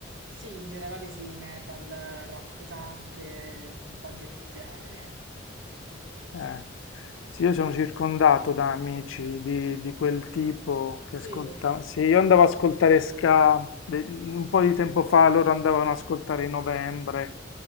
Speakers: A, on the right; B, on the left.
A: Sì, in generale sì, metal, rock pesante, un po' di ogni genere. Quindi
B: Eh,
A: sì.
B: sì, io sono circondato da amici di, di quel tipo che ascoltavano.
A: Sì,
B: Sì, io andavo ad ascoltare ska de- un po' di tempo fa, loro andavano ad ascoltare i Novembre,